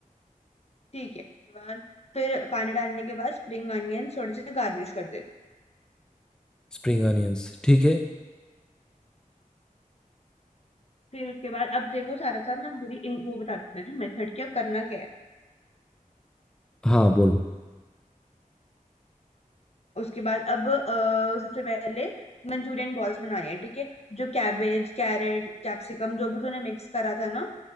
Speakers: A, on the left; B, in the centre.
A: ठीक है उसके बाद फिर पानी डालने के बाद स्प्रिंग अनियंस थोड़े से गार्निश कर दे
B: स्प्रिंग अनियंस ठीक है
A: फिर उसके बाद अब देखो सारा साथ मैं पूरी इन- वो बता देती हूँ मेथड की अब करना क्या है
B: हाँ बोलो
A: उसके बाद अब अ, सबसे पहले मंचूरियन बॉल्स बनानी है ठीक है जो कैबेज कैरेट कैप्सिकम जो भी तूने मिक्स करा था ना